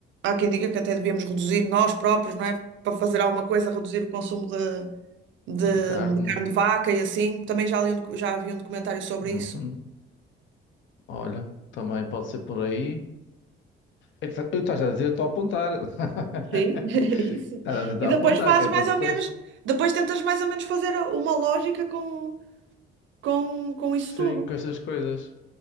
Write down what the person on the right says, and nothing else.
Há quem diga que até devíamos reduzir nós próprios, não é? Para fazer alguma coisa, reduzir o consumo de, de,
de carne de vaca e assim. Também já li um docu- já havia um documentário sobre
isso.
Sim, <laughs> é isso.
E depois
fazes
mais
ou menos, depois tentas mais ou menos fazer uma lógica com, com, com isso
tudo.